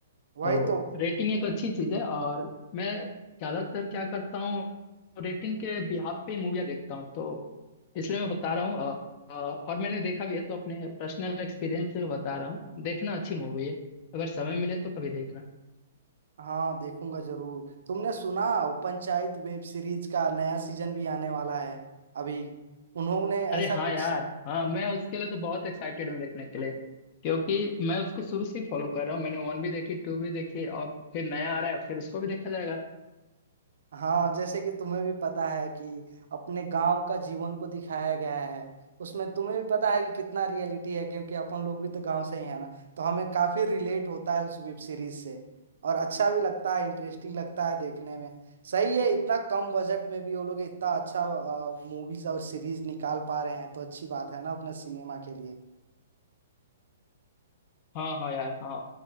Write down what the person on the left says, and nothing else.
तो
रेटिंग एक अच्छी चीज है और मैं ज्यादातर क्या करता हूँ रेटिंग के बिहाफ पे मूवियाँ देखता हूँ तो इसलिए मैं बता रहा हूँ अ, अ, और मैंने देखा भी है तो अपने पर्सनल एक्सपीरियंस से बता रहा हूँ देखना अच्छी मूवी है अगर समय मिले तो कभी देखना
अरे हाँ
यार हाँ मैं उसके लिए तो बहुत एक्साइटेड हूँ देखने के लिए क्योंकि मैं उसको शुरू से ही फॉलो कर रहा हूँ मैंने वन भी देखी टू भी देखी और फिर नया आ रहा है फिर उसको भी देखा जाएगा
हाँ हाँ यार हाँ